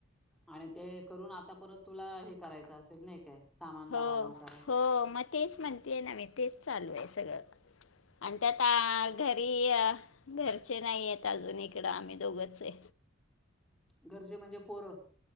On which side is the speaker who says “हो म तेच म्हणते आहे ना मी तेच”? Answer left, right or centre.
Left